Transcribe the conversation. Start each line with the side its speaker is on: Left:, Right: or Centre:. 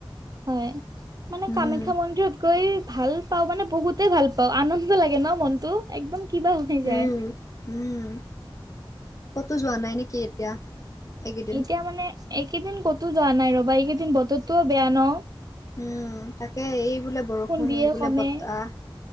Right: হয় মানে
Left: উম,
Right: কামাখ্যা মন্দিৰত গৈ ভাল। পাওঁ মানে বহুতে ভাল পাওঁ আনন্দ লাগে ন মনতো একদম কিবা হৈ যায়।
Left: উম, উম কতো যোৱা নাই নেকি এতিয়া। এইকেইদিন?
Right: এতিয়া মানে এইকেইদিন কতো যোৱা নাই ৰবা এইকেইদিন বতৰটোও বেয়া ন।
Left: উম তাকে এই বোলে বৰষুণ,
Right: দিয়ে
Left: এই বোলে
Right: কমে
Left: বতাহ।